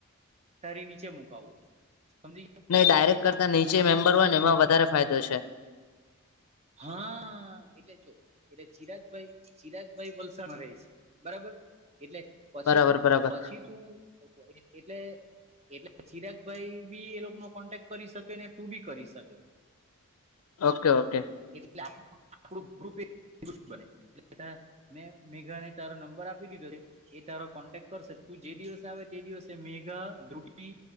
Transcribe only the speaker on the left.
નહી ડાયરેક્ટ
કરતા
નીચે
મેમ્બર
હોય ને એમાં
વધારે ફાયદો છે.
બરાબર બરાબર
ઓકે ઓકે